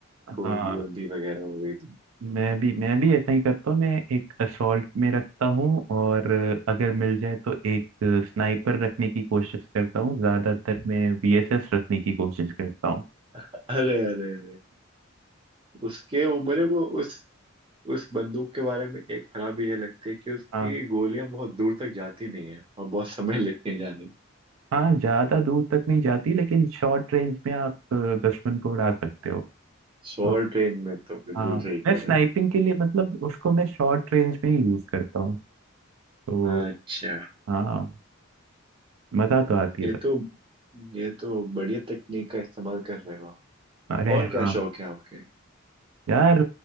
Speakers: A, on the right; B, on the right.
A: हाँ
B: कोई यूएमपी वगैरह हो गई थी
A: मैं भी मैं भी ऐसा ही करता हूँ मैं एक असॉल्ट में रखता हूँ और अगर मिल जाए तो एक स्नाइपर रखने की कोशिश करता हूँ ज्यादातर मैं वीएसएस रखने की कोशिश करता हूँ
B: अरे अरे अरे उसके वो मेरे को उस उस बंदूक के बारे में एक खराबी ये लगती है कि उसकी
A: हाँ
B: गोलियां बहुत दूर तक जाती नहीं है और बहुत समय लेती है जाने में
A: हाँ ज्यादा दूर तक नहीं जाती लेकिन शॉर्ट रेंज में आप अ, दुश्मन को उड़ा सकते हो
B: शॉर्ट
A: तो
B: रेंज में तो बिल्कुल
A: हाँ
B: सही कह
A: मैं
B: रहे
A: स्नाइपिंग
B: हो
A: के लिए मतलब उसको मैं शॉर्ट रेंज में ही यूज करता हूँ तो
B: आप। अच्छा
A: हाँ मजा तो आती है
B: ये
A: बस
B: तो ये तो बढ़िया तकनीक का इस्तेमाल कर रहे हो आप।
A: अरे
B: और क्या
A: हाँ
B: शौक है आपके
A: यार